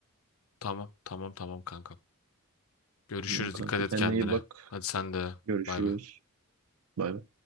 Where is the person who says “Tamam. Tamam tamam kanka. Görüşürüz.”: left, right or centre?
Left